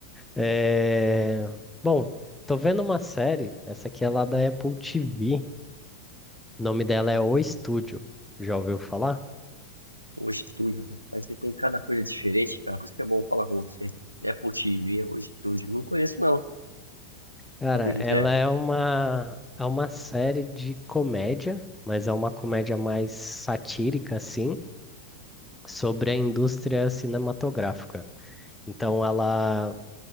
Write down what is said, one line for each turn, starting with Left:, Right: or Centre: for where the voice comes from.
Centre: É... Bom, tô vendo uma série, essa aqui é lá da Apple TV. O nome dela é O Estúdio. Já ouviu falar?
Right: Hoje, estúdio. né? Mas você tem cada coisa diferente, cara. Por isso que é bom falar com você. É Apple TV, hoje, estúdio. Não conheço, não.
Centre: Cara,
Right: Sobre o
Centre: ela
Right: que que é.
Centre: é uma é uma série de comédia, mas é uma comédia mais satírica assim, sobre a indústria cinematográfica. Então ela